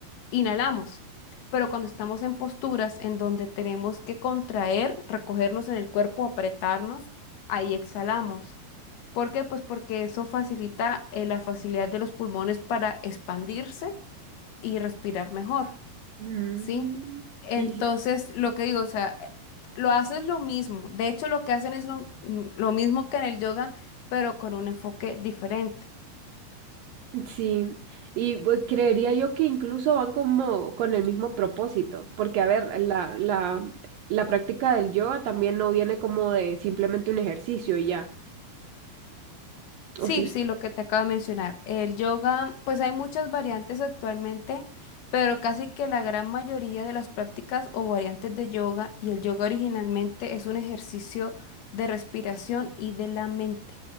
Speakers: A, on the left; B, on the right.
A: inhalamos. Pero cuando estamos en posturas en donde tenemos que contraer, recogernos en el cuerpo, apretarnos, ahí exhalamos. ¿Por qué? Pues porque eso facilita eh, la facilidad de los pulmones para expandirse y respirar mejor,
B: Ujú,
A: ¿sí? Entonces,
B: Sí,
A: lo que digo, o sea, eh, lo haces lo mismo. De hecho, lo que hacen es lo, mm, lo mismo que en el yoga, pero con un enfoque diferente.
B: Sí, y bu- creería yo que incluso van como con el mismo propósito, porque a ver, la, la, la práctica del yoga también no viene como de simplemente un ejercicio y ya,
A: Sí,
B: ¿o sí?
A: sí, lo que te acabo de mencionar. El yoga, pues hay muchas variantes actualmente, pero casi que la gran mayoría de las prácticas o variantes de yoga y el yoga originalmente es un ejercicio de respiración y de la mente,